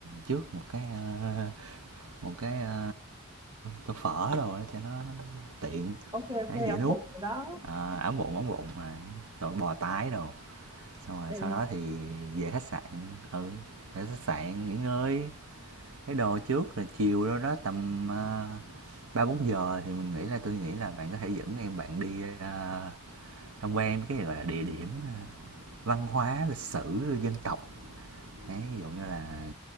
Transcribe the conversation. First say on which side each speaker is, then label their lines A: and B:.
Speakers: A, on the right (about 80°); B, on the right (about 20°).
A: trước một cái ờ, một cái ơ, tô phở đồ đó cho nó tiện
B: ok ok
A: ấy dễ
B: ông
A: nuốt
B: bụng rồi đó
A: Ờ, ấm bụng ấm bụng à, rồi bò tái đồ xong rồi
B: em
A: sau
B: ngon
A: đó thì về khách sạn ừ để khách sạn nghỉ ngơi cái đồ trước rồi chiều đó đó tầm ờ, ba uh, bốn giờ thì mình nghĩ là tôi nghĩ là bạn có thể dẫn em bạn đi ờ, tham quan cái gọi là địa điểm ờ, văn hóa lịch sử dân tộc Đấy, ví dụ như là